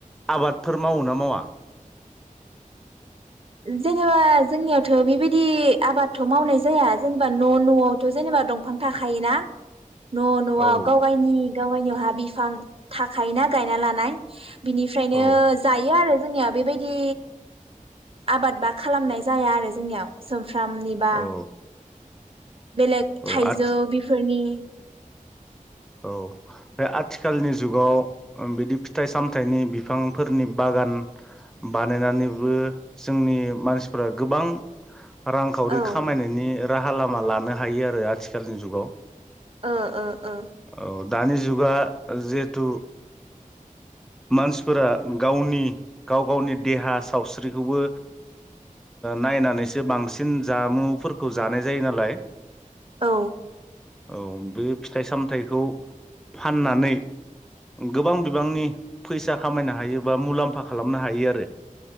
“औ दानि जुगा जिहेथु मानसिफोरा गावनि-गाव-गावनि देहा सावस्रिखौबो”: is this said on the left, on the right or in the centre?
Centre